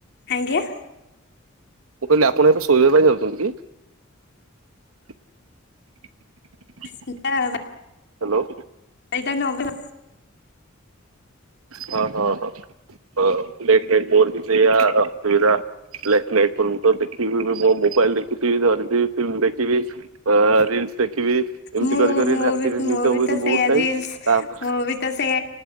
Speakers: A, on the left (about 55°); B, on the right (about 90°).
A: ଆଜ୍ଞା।
B: ମୁଁ କହିଲି ଆପଣ ଏବେ ଶୋଇବା ପାଇଁ ଯାଉଛନ୍ତି କି? <inaudible> <unintelligible>
A: <inaudible>
B: ହ୍ୟାଲୋ।
A: ସେଇଟା ନ ହେବ।
B: ହଁ ହଁ ହ ପ୍ଲେଟ ମୋର ବି ସେୟା ଅସୁବିଧା। ଲେଟ ନାଇଟ ପର୍ଯ୍ୟନ୍ତ ଦେଖିବି ମୋ ମୋବାଇଲ ଦେଖି ଧରି ଫିଲ୍ମ ଦେଖିବି ରିଲସ ଦେଖି ଦେଖିବି ଏମିତି
A: ମୁଁ
B: କରି କରି
A: ମୁଁ
B: ରାତିରେ
A: ବି
B: ନିଦ
A: ମୁଁ ବି
B: ହୁଏନି
A: ତ ସେଇଆ
B: ବହୁତ ଟାଇମ
A: ରିଲସ
B: ତାପରେ
A: ମୁଁ ବି ତ ସେଇଆ